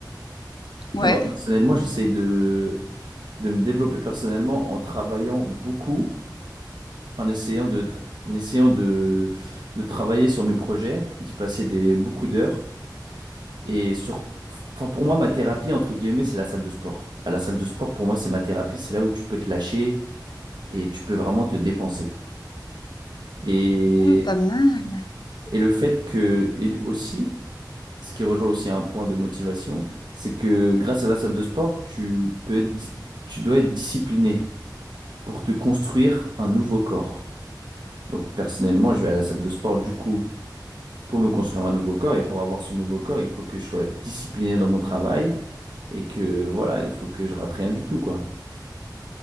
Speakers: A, on the left; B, on the right.
A: Ouais.
B: Mais moi, personnellement, j'essaye de, de me développer personnellement en travaillant beaucoup en essayant de, tra- en essayant de, de travailler sur mes projets, d'y passer des, beaucoup d'heures. Et sur, enfin, pour moi, ma thérapie, entre guillemets, c'est la salle de sport. À la salle de sport, pour moi, c'est ma thérapie. C'est là où tu peux te lâcher et tu peux vraiment te dépenser. Et,
A: Mm, pas mal.
B: et le fait que, et aussi, ce qui rejoint aussi un point de motivation, c'est que grâce à la salle de sport, tu peux être, di- tu dois être discipliné pour te construire un nouveau corps. Donc personnellement, je vais à la salle de sport du coup Pour me construire un nouveau corps et pour avoir ce nouveau corps, il faut que je sois discipliné dans mon travail et que voilà, il faut que je rate rien du tout, quoi.